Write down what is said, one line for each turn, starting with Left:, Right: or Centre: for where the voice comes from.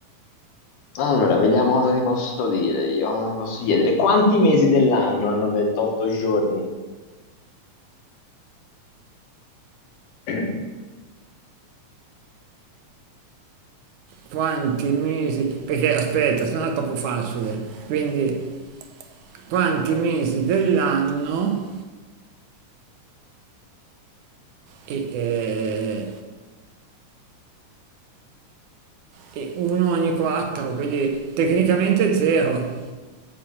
Left: allora, vediamo cosa ti posso dire io, cosa ti posso chiedere. Quanti mesi dell'anno hanno 28 giorni? <clears throat>
Right: Quanti mesi, perché aspetta, se no è troppo facile, quindi quanti mesi dell'anno e, eh, e uno ogni quattro, quindi tecnicamente zero.